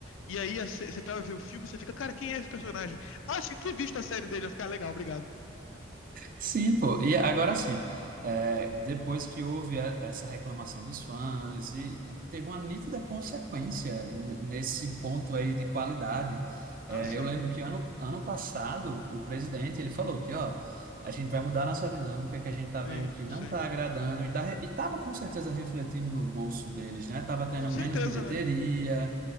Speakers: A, on the left; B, on the right.
A: E aí a sé- você vai ver o filme e você fica, cara, quem é esse personagem? Ah, tinha que ter visto a série dele, eu ficar "Ah, legal, obrigado.
B: Sim, pô. E agora sim, é, depois que houve a- essa reclamação dos fãs e, e teve uma nítida consequência n- nesse ponto aí de qualidade. É,
A: Ah, sim,
B: eu lembro que ano, ano passado o presidente ele falou que ó, a gente vai mudar a nossa dinâmica, que a gente tá
A: sim,
B: vendo que não
A: sim.
B: tá agradando e, tá, re- e tava com certeza refletindo no bolso deles, né? Tava tendo
A: Com certeza,
B: menos bilheteria.
A: né?